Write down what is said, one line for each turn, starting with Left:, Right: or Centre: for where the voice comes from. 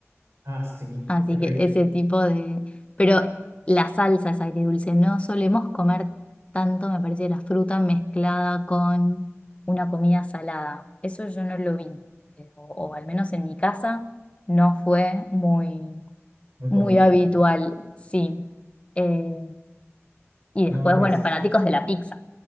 Right: Ah, sí,
Left: Así
Right: qué rico,
Left: que ese tipo de... Pero la salsa es agridulce. No solemos comer tanto, me parece, la fruta mezclada con una comida salada. Eso yo no lo vi. eh, O, o al menos en mi casa no fue muy,
Right: muy
Left: muy
Right: común.
Left: habitual, sí. Eh, y
Right: No,
Left: después,
Right: pues,
Left: bueno, fanáticos de la pizza.